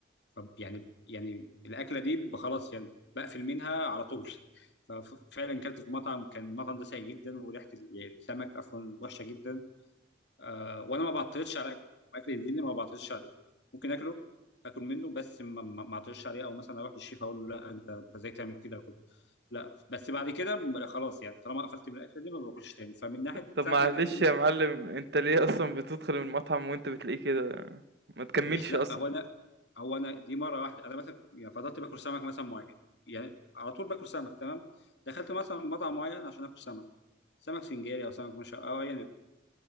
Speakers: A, on the left (about 65°); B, on the right (about 60°).
A: طب يعني يعني الاكله دي ب- خلاص يعني بقفل منها على طول <laughs> ففعلا كلت في مطعم كان المطعم ده سيء جدا وريحه ال- يعني السمك اصلا وحشه جدا آه وانا ما بعترضش على اكل اكل الدين ما بعترضش عليه ممكن اكله اكل منه بس ما ما ما اعترضش عليه او مثلا اروح للشيف اقول له لا انت انت ازاي تعمل كده وكده لا بس بعد كده ب- خلاص يعني طالما قفلت من الاكله دي ما باكلش تاني فمن ناحيه
B: طب
A: ساعه
B: معلش
A: ما اكلت في المطعم
B: يا معلم
A: ده
B: أنت ليه أصلًا بتدخل المطعم وأنت بتلاقيه كده؟ ما تكمّلش
A: مش لا
B: أصلًا
A: هو انا هو انا دي مره واحده انا مثلا يعني فضلت باكل سمك مثلا معين يعني على طول باكل سمك تمام دخلت مثلا مطعم معين عشان اكل سمك سمك سنجاري او سمك مشا او ايا يكن